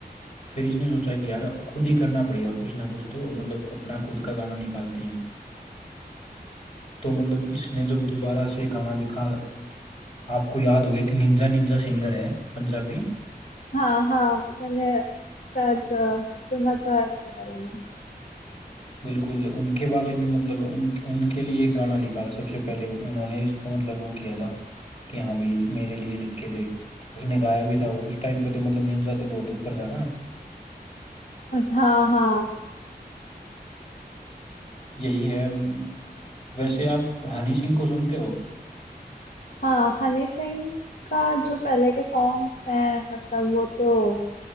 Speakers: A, on the left; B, on the left.
A: फिर इसने सोचा कि यार खुद ही करना पड़ेगा कुछ ना कुछ तो मतलब अपना खुद का गाना निकालते हैं तो मतलब इसने जब दोबारा से गाना लिखा आपको याद होगा एक निंजा निंजा सिंगर है पंजाबी
B: हाँ हाँ मैंने शायद अ, सुना तो है इसके बारे में
A: बिल्कुल उनके बारे में मतलब उन उनके लिए एक गाना लिखा था सबसे पहले उन्होंने इसको मतलब वो किया था कि हाँ भाई मेरे लिए लिख के दे उसने गाया भी था और उस टाइम पे तो मतलब निंजा तो बहुत ऊपर था ना
B: हाँ हाँ
A: यही है हम- वैसे आप हनी सिंह को सुनते हो
B: हाँ हनी सिंह का जो पहले के सॉन्ग्स हैं मतलब वो तो